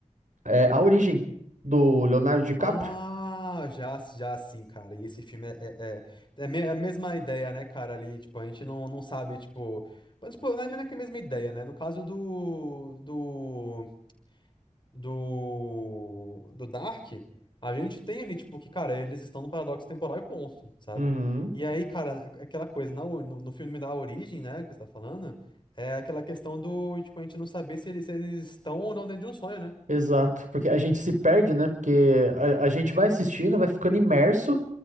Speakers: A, on the right (about 75°); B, on the left (about 35°).
A: é A Origem, do Leonardo DiCaprio.
B: Ah, já, já sim, cara. E esse filme é, é, é, é me- é a mesma ideia, né, cara? Ali, tipo, a gente não, não sabe, tipo. Mas, Tipo, não é não é que é a mesma ideia, né? No caso do, do. do, do Dark, a gente tem ali, tipo, que, cara, eles estão no paradoxo temporal e ponto, sabe?
A: Uhum.
B: E aí, cara, é é aquela coisa, na o- no, no filme da Origem, né, que você tá falando, é aquela questão do, tipo, a gente não saber se eles, se eles estão ou não dentro de um sonho, né?
A: Exato, porque a gente se perde, né? Porque a, a gente vai assistindo, vai ficando imerso,